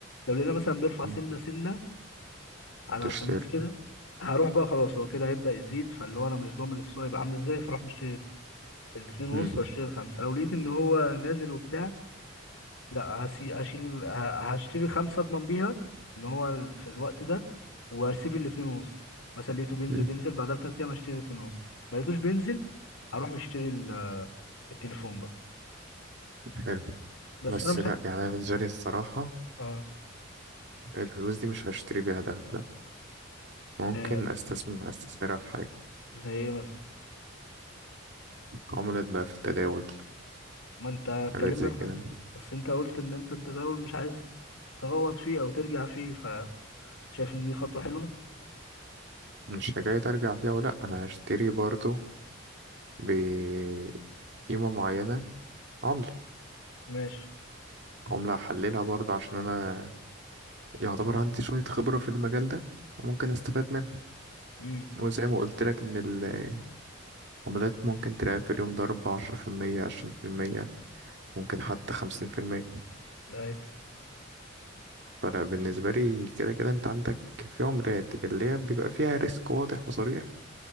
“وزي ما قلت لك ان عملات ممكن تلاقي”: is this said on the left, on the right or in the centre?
Right